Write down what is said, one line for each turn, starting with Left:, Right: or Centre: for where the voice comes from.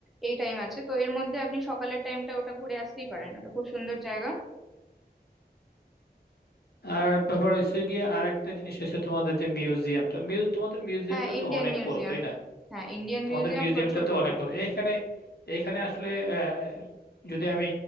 Centre: এই টাইম আছে তো এর মধ্যে আপনি সকালের টাইমটা ওটা ঘুরে আসতেই পারেন ওটা খুব সুন্দর জায়গা
Left: আর ব্যাপার হচ্ছে গিয়ে আর একটা জিনিস হচ্ছে তোমাদের যে মিউজিয়ামটা মিউ তোমাদের মিউজিয়ামটা
Centre: হ্যাঁ ইন্ডিয়ান
Left: তো অনেক
Centre: মিউজিয়াম
Left: বড় তাই না
Centre: হ্যাঁ ইন্ডিয়ান
Left: তোমাদের
Centre: মিউজিয়াম
Left: মিউজিয়ামটা
Centre: প্রচুর
Left: তো
Centre: বড়
Left: অনেক বড় এখানে এখানে আসলে আহ, যদি আমি